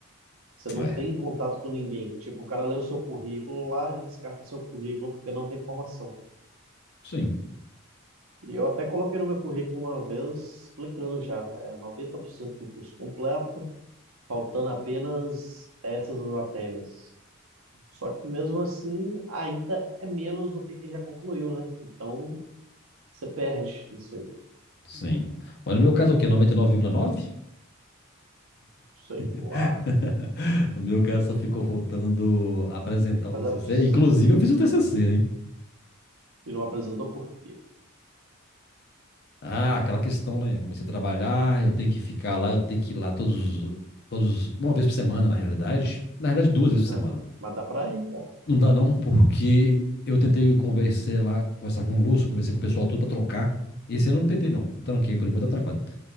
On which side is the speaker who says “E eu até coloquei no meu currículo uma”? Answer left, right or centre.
Right